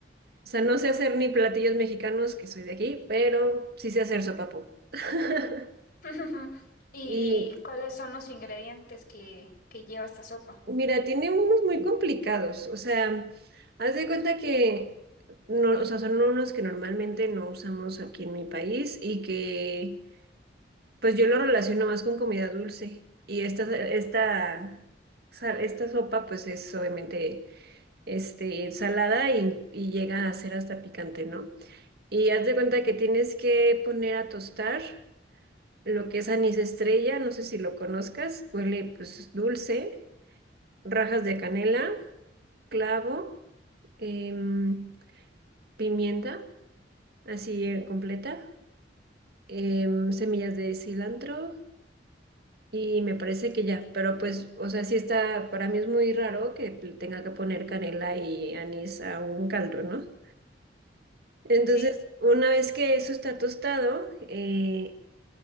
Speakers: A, on the right; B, on the left.
A: O sea, no sé hacer ni platillos mexicanos, que soy de aquí, pero sí sé hacer sopapo. <laughs>
B: <laughs> ¿Y,
A: Y
B: y cuáles son los ingredientes que, que lleva esta sopa?
A: mira, tiene unos muy complicados. O sea, haz de cuenta que no, o sea, son unos que normalmente no usamos aquí en mi país y que pues yo lo relaciono más con comida dulce. Y esta, esta, sal- esta sopa pues es obviamente este, salada y, y llega a ser hasta picante, ¿no? Y haz de cuenta que tienes que poner a tostar. lo que es anís estrella, no sé si lo conozcas, huele pues dulce, rajas de canela, clavo, em, pimienta, así eh, completa, em, semillas de cilantro y me parece que ya, pero pues, o sea, sí está, para mí es muy raro que le tenga que poner canela y anís a un caldo, ¿no? Entonces,
B: Sí,
A: una vez que eso está tostado, eh,